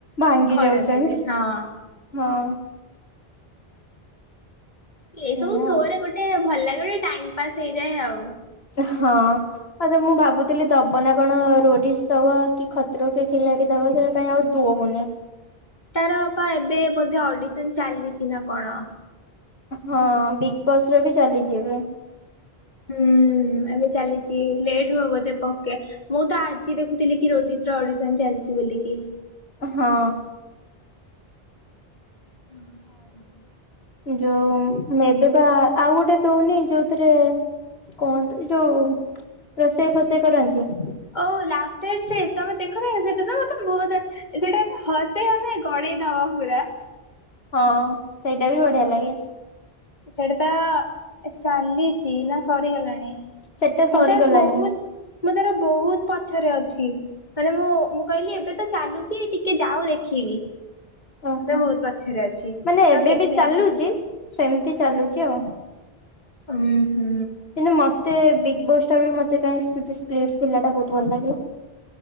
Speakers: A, on the left (about 75°); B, on the left (about 45°).
A: ଭାଙ୍ଗି
B: ଖରାପ
A: ଯାଉଛନ୍ତି
B: ହେଇଯାଏ
A: ହେଁ
B: ହଁ
A: ହଁ।
B: ଏହିଁ ସବୁ
A: ଏଇଆ
B: ଶୋ ରେ ଗୋଟେ ଭଲ ଲାଗେ ଗୋଟେ ଟାଇମ ପାସ୍ ହେଇଯାଏ ଆଉ।
A: ଏଁହଁ। ହଁ ଯେ ମୁଁ ଭାବୁଥିଲି ଦବ ନାଁ କଣ ରୋଡିସ୍ ଦବ କି ଖତ୍ରୋକି ଖିଲାଡି ଦବ ସେଟା କାଇଁ ଆଉ ଦୋଉନି
B: ତାର ପା ଏବେ ବୋଧେ ଅଡିସନ ଚାଲିଛି ନାଁ କଣ?
A: ହଁ ବିଗ୍ ବସ୍ ରେ ବି ଚାଲିଛି ଏବେ।
B: ହୁଁ। ଏବେ ଚାଲିଛି ଲେଟ୍ ହବ ବୋଧେ ପକେ ମୁଁ ତ ଆଜି ଦେଖୁଥିଲି କି ରୋଡିଶ ର ଅଡିସନ ଚାଲିଛି ବୋଲିକି
A: ହଁ।
B: ହୁଁ ହ
A: ଏ ଯୋଉଁ ଏବେ ବା ଆଉ ଗୋଟେ ଦଉନି ଯୋଉଁ ଥିରେ କୁହନ୍ତୁ ଯୋଉଁ ରୋଷେଇ ଫଷେଇ କରନ୍ତି।
B: ଓ ଲାଷ୍ଟ ଷ୍ଟେଜରେ ତମେ ଦେଖ ନାଁ କି ସେଦିନ ବହୁତ ସେଟା ଏତେ ହସେଇ ହସେଇ ଗଡେଇ ଦବ ପୁରା।
A: ହଁ ସେଇଟା ବି ବଢିଆ ଲାଗେ।
B: ସେଇଟା ତ ଚାଲିଛି ନାଁ ସରିଗଲାଣି।
A: ସେଟା ସରିଗଲାଣି
B: ମୁଁ ତାର ବହୁତୁ ମୁଁ ତାର ବହୁତୁ ପଛରେ ଅଛି। ମାନେ ମୁଁ ମୁଁ କହିଲି ଏବେ ତ ଚାଲୁଛି ଟିକେ ଯାଉ ଦେଖିବି।
A: ଓହୋ
B: ନା ବହୁତୁ ପଛରେ ଅଛି
A: ମାନେ ଏବେ
B: ଆ କେତେଟା
A: ବି ଚାଲୁଛି
B: ଏ ସେ।
A: ସେମିତି ଚାଲୁଛି ଆଉ।
B: ଉୁଁ ହୁଁ।
A: କିନ୍ତୁ ମତେ ବିଗ ବସ୍ ଟା ବି ମତେ କାଇଁ ସ୍ପ୍ଲିଟି ପିଲାଟା ବହୁତୁ ଭଲ ଲାଗିଲା।